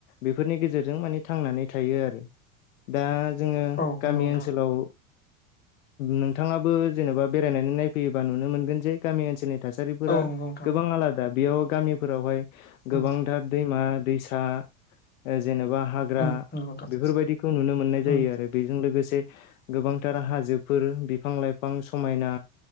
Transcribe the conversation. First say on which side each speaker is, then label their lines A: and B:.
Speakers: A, on the left; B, on the left.
A: बेफोरनि गेजेरजों माने थांनानै थायो आरो। दा जोङो
B: औ नंगौ
A: गामि
B: नोंथां
A: ओनसोलाव नोंथाङाबो जेन'बा बेरायनानै नायफैयोबा नुनो मोनगोन जे गामि ओनसोलनि थासारिफोरा
B: औ नंगौ नोंथां
A: गोबां आलादा बेयाव गामिफोरावहाय
B: उम
A: गोबांथार दैमा दैसा जेनेबा हा ग्रा
B: उम नंगौ नोंथां
A: बेफोरबायदिखौ नुनो मोननाय
B: उम
A: जायो आरो। बेजों लोगोसे गोबांथार हाजोफोर बिफां लाइफां समायना